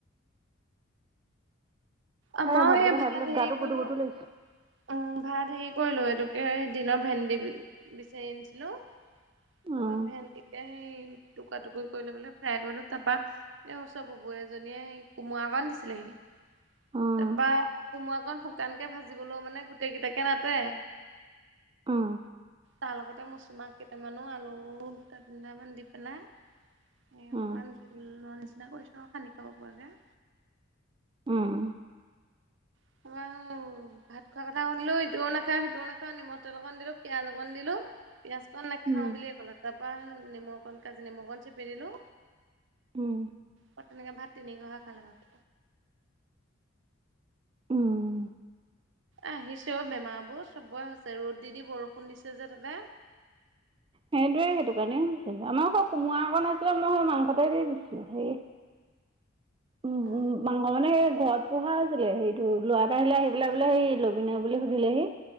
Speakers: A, on the right; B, on the right.
A: আমাৰো
B: সেই ভাতকেইটা
A: হে ভাত
B: খাই দিলত
A: হেৰি
B: গাটো গুধু
A: কৰিলোঁ
B: গুধু
A: উম,
B: লাগিছে।
A: ভাত হেৰি কৰিলো। এইটোকে দিনত ভেণ্ডি বিচাৰি আনিছিলো
B: উম,
A: তাৰপা, ভেণ্ডিকে সেই টুকুৰা- টুকুৰি কৰি লৈ পেলাই ফ্ৰাই কৰিলো। তাৰপা এ ওচৰ বুবু এজনীয়ে কোমোৰা অকণ দিছিলেহি
B: উম,
A: তাৰপা, কোমোৰাকণ শুকানকে ভাজিবলৈও মানে গোটেই কেইটাকে নাতে
B: উম।
A: তাৰ লগতে মচুমাহ কেইটামানো আলু দুটা তিনটামান দি পেলাই এই অকণমান
B: উম,
A: জোলৰ নিচিনা কৰিছোঁ, আৰু সানি খাব পৰাকে
B: উম।
A: <inaudible> ভাত খোৱা কথা শুনিলো, ইটোয়েও নাখায় সিটোয়েও নাখাওঁ, নিমখ তেল অকন দিলো, পিয়য়াজ অকণ দিলো পিয়াঁজকণ নাখাওঁ
B: উম,
A: বুলিয়ে ক'লে, তাৰপা সে নেমু অকণ কাজি নেমুঅকণ চেপি দিলোঁ
B: উম,
A: অ', তেনেকে ভাত তিনি ঘহা খালে মানে।
B: উম।
A: আহিছে অ বেমাৰবোৰ। চবৰে হৈছে, ৰ'দ দি দি বৰষুণ দিছে যে তাতে।
B: সেইটোৱে সেইটো কাৰণেই হৈছে। আমাৰ কোমোৰাঅকণ আছিলে মই সেই মাংসতেই দিছোঁ। হেৰি উম
A: অ
B: উম মাংস মানে সেই ঘৰত পোহা আছিলে সেইটো, ল'ৰা এটা আহিলে আহি পেলাই বোলে হেৰি লবিনে বুলি সুধিলেহি।